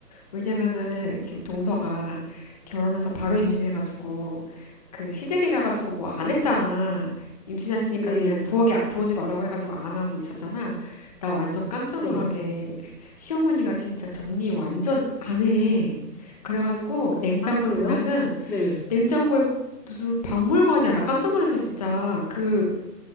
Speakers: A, on the left; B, on the left.
A: 왜냐면은
B: 네.
A: 지금 동서가 결혼해서 바로 임신해가지고 그 시댁에 가가지고 뭐 안 했잖아. 임신했으니까
B: 네.
A: 그냥 부엌에 아- 들어오지 말라고 해가지고 안 하고 있었잖아. 나 완전 깜짝
B: 네.
A: 놀란 게 시어머니가 진짜 정리 완전 안 해. 그래가지고 냉장고에
B: 아, 그래요?
A: 보면은
B: 네.
A: 냉장고에 무슨 박물관이야. 나 깜짝 놀랐어, 진짜. 그